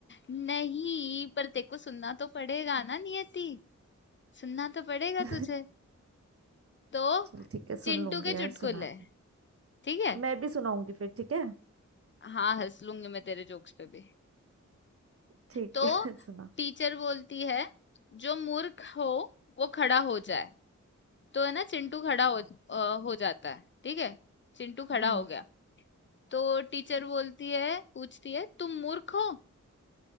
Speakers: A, on the left (about 40°); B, on the right (about 50°).
A: नहीं पर तेरे को सुनना तो पड़ेगा ना नियति सुनना तो पड़ेगा
B: <laughs>
A: तुझे। तो
B: चल ठीक है
A: चिंटू
B: सुन लूंगी
A: के
B: यार
A: चुटकुले,
B: सुना
A: ठीक है?
B: मैं भी सुनाऊंगी फिर ठीक है
A: हाँ, हँस लूँगी मैं तेरे जोक्स पे भी।
B: ठीक
A: तो
B: है <laughs> सुना
A: टीचर बोलती है, "जो मूर्ख हो, वो खड़ा हो जाए।" तो है ना चिंटू खड़ा हो अ, हो जाता है, ठीक है? चिंटू खड़ा
B: हम्म
A: हो गया। तो टीचर बोलती है पूछती है, "तुम मूर्ख हो?"